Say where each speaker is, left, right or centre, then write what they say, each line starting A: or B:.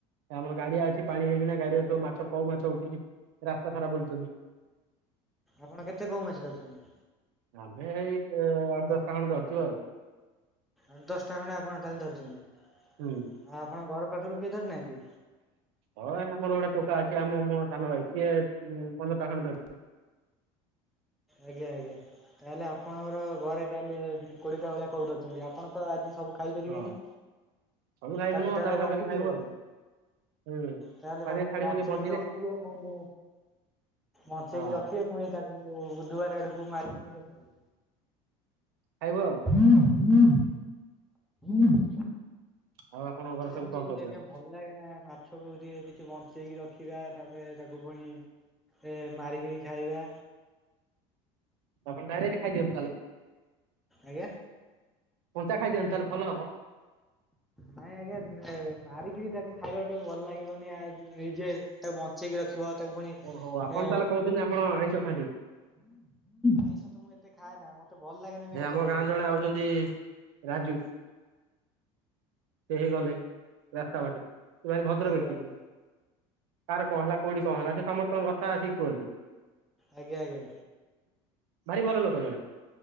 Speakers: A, on the right; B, in the centre.
A: ଆମର ଗାଡିଆ ଅଛି ପାଣି ହେଇକିନା ଗାଡିଆରେ ସବୁ ମାଛ କଉ ମାଛ ଉଠିକି ରାସ୍ତା ସାରା ବୁଲୁଚନ୍ତି।
B: ଆପଣ କେତେ କଉ ମାଛ ଧରିଛନ୍ତି?
A: ଆମେ ହେଇ ଆଠ ଦଶଟା ଖଣ୍ଡେ ଧରିଚୁ ଆଉ।
B: ଆଠ ଦଶଟା ଖଣ୍ତେ ଆପଣ ତା ହେଲେ ଧରିଛନ୍ତି।
A: ହୁଁ
B: ଆଉ ଆପଣ ଘର ପାଖରୁ କିଏ ଧରିନାହାଁନ୍ତି?
A: ହଁ ଆମର ଗୋଟେ ଟୋକା ଅଛି। ଆମ ମୋ ସାନ ଭାଇ ସିଏ ପନ୍ଦର ଟା ଖଣ୍ଡେ ଧରିଛି।
B: ଆଜ୍ଞା ଆଜ୍ଞା। ତା ହେଲେ ଆପଣଙ୍କର ଘରେ ତା ହେଲେ କୋଡିଏଟା ଭଳିଆ କଉ ଧରିଛନ୍ତି। ଆପଣ ତ ଆଜି ସବୁ ଖାଇ ପାରିବେନି?
A: ହଁ ସବୁ ଖାଇବୁନୁ
B: ତାକୁ
A: ଅଧା
B: ତା ହେଲେ
A: ଅଧା
B: ରଖିଥିଲ
A: କରି ଖାଇବୁ ଆଉ
B: ଘରେ।
A: ହୁଁ।
B: ତା ହେଲେ
A: ପାଣିରେ
B: ତାକୁ
A: ଛାଡିବୁ
B: ବଞ୍ଚେଇକି
A: ଟିକେ ବଞ୍ଚିଲେ
B: ରଖିବେ ପୁଣି ବଞ୍ଚେଇକି
A: ହଁ
B: ରଖିବେ। ପୁଣି ତାକୁ ବୁଧବାର ଆଡକୁ ମାରିିବ ବୋଧେ ଖାଇବେ
A: ଖାଇବୁ ଆଉ।
B: <inaudible> ହୁଁ।
A: ଆଉ ଆପଣଙ୍କ
B: ମତେ
A: ଘରେ
B: ସେମିତି
A: ସବୁ କଣ କରୁଛନ୍ତି?
B: ଆଜ୍ଞା ଭଲ ଲାଗେନା ମାଛକୁ ଟିକେ କିଛି ବଞ୍ଚେଇକି ର ରଖିବା ତାପରେ ତାକୁ ପୁଣି ମାରିକିରି ଖାଇବା।
A: ଆପଣ ଡାଇରେକ୍ଟ ଖାଇଦିଅନ୍ତୁ ତା ହେଲେ?
B: ଆଜ୍ଞା।
A: କଞ୍ଚା ଖାଇ ଦିଅନ୍ତୁ ତା ହେଲେ ଭଲ ହବ।
B: ନାଇଁ ଆଜ୍ଞା ମାରିକିରି ତାକୁ ଖାଇବାଟା ବି ଭଲ ଲାଗିବନି। ନିଜେ ତାକୁ ବ ଞ୍ଚେଇକି ରଖିବ। ତାକୁ ପୁଣି
A: ଓହୋ ଆପଣ
B: ଏ
A: ତାହେଲେ କହୁଛନ୍ତି ଆପଣ ଆଇଁଷ ଖାଆନ୍ତି
B: ଆଇଁଷ ତ ମୁଁ ଏତେ ଖାଏନା। ମତେ ଭଲ ଲାଗେନା ବି
A: ଏ
B: ଆଇଁଷ
A: ଆମ
B: ଖାଇବାକୁ
A: ଗାଁ ଜଣେ ଆଉଛନ୍ତି ରାଜୁ। ସେ ହେଇ ଗଲେ ରାସ୍ତା ବାଟେ। ସେ ଭାରି ଭଦ୍ର
B: ଆଜ୍ଞା
A: ବ୍ୟକ୍ତି।
B: ଆଜ୍ଞା।
A: କାହାର କଣ ହେଲା କୋଉଠି କଣ ହେଲା ସେ ସମସ୍ତଙ୍କ କଥା ଆସିକି କୁହନ୍ତି?
B: ଆଜ୍ଞା ଆଜ୍ଞା।
A: ଭାରି ଭଲ ଲୋକ ଜଣେ